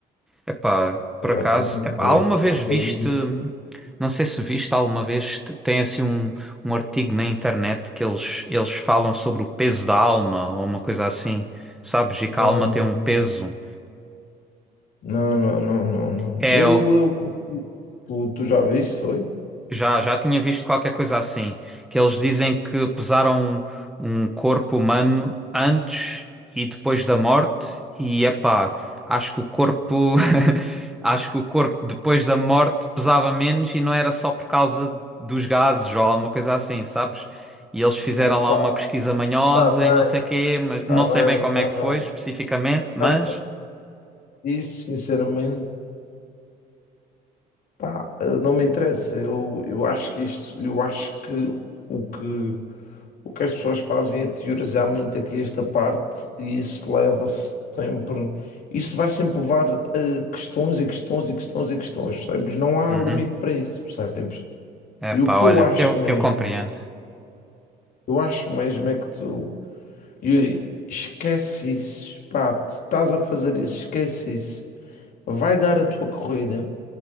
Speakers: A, in the centre; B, on the left (about 60°).
A: Epá, por
B: Exatamente.
A: acaso, epá,
B: é
A: alguma
B: isso
A: vez
B: que eu estou
A: viste,
B: a dizer.
A: não sei se viste alguma vez, t- tem assim um, um artigo na internet que eles, eles falam sobre o peso da alma ou uma coisa assim, sabes? E que
B: Não,
A: a alma
B: não,
A: tem um peso.
B: não. Não, não, não, não, não.
A: É,
B: Eu, eu, tu, tu já viste, foi?
A: Já, já tinha visto qualquer coisa assim, que eles dizem que pesaram um, um corpo humano antes e depois da morte, e epá, acho que o corpo, <laughs> acho que o corpo depois da morte pesava menos e não era só por causa dos gases ou alguma coisa assim, sabes? E eles fizeram
B: Epá,
A: lá uma pesquisa manhosa
B: tá bem,
A: e não sei quê, mas
B: tá
A: não
B: bem,
A: sei bem como
B: tá
A: é que
B: bem.
A: foi especificamente, mas...
B: Epá, Isso, sinceramente. Pá, eh, não me interessa. Eu, eu acho que isto, eu acho que o que, o que as pessoas fazem é teorizar muito aqui esta parte e isso leva sempre, isso vai sempre levar a questões e questões e questões e questões, percebes? Não há
A: Uhum.
B: limite para isso, percebes?
A: Epá,
B: E o que
A: olha,
B: eu acho
A: eu,
B: mesmo,
A: eu compreendo.
B: eu acho mesmo é que tu, Yuri, esquece isso, pá, te estás a fazer isso, esquece isso. Vai dar a tua corrida.